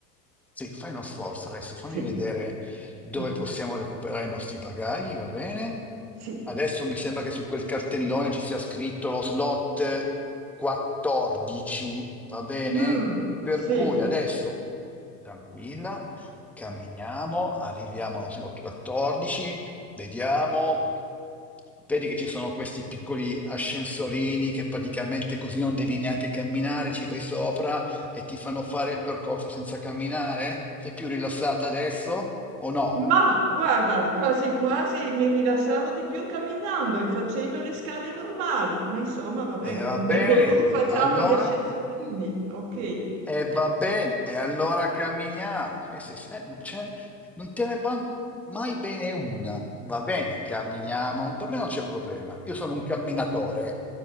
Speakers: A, in the centre; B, on the right.
A: Sì, fai uno sforzo adesso, fammi
B: Sì.
A: vedere dove
B: mm.
A: possiamo recuperare i nostri bagagli, va bene?
B: Sì,
A: Adesso mi sembra che su quel cartellone ci sia scritto lo slot 14, va bene?
B: mh,
A: Per
B: sì,
A: cui adesso, tranquilla, camminiamo, arriviamo allo slot 14, vediamo, vedi che ci sono questi piccoli ascensorini che praticamente così non devi neanche camminare, ci vai sopra e ti fanno fare il percorso senza camminare? Sei più rilassata adesso o no?
B: ma guarda, quasi quasi mi rilassavo di più camminando e facendo le scale normali, ma insomma va bene,
A: E va
B: contento
A: bene,
B: tu, facciamo
A: allora
B: gli ascensorini, ok.
A: E va bene, e allora camminiamo. Eh, se- eh, non c'è- non te ne va mai bene una. Va bene, camminiamo. Per me non c'è problema. Io sono un camminatore.